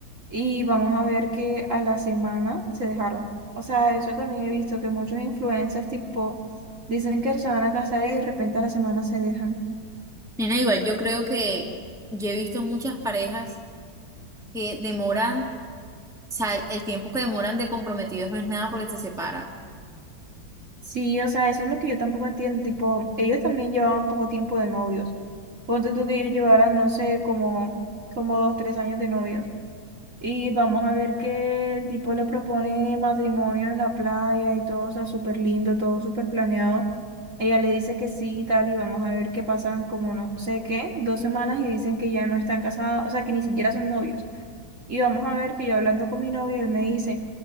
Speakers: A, on the right; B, in the centre.
A: Y vamos a ver que a la semana se dejaron. O sea, eso también he visto que muchos influencers tipo dicen que se van a casar y de repente a la semana se dejan.
B: Nena, igual yo creo que yo he visto muchas parejas que demoran, o sea, el el tiempo que demoran de comprometidos no es nada porque se separan.
A: Sí, o sea, eso es lo que yo tampoco entiendo. Tipo, ellos también llevaban poco tiempo de novios. Ponte tú que ellos llevaran, no sé, como, como dos, tres años de novios. Y vamos a ver que el tipo le propone matrimonio en la playa y todo, o sea, súper lindo, todo súper planeado. Ella le dice que sí y tal, y vamos a ver que pasan como no sé qué, dos semanas y dicen que ya no están casados, o sea, que ni siquiera son novios. Y vamos a ver que yo hablando con mi novio, él me dice,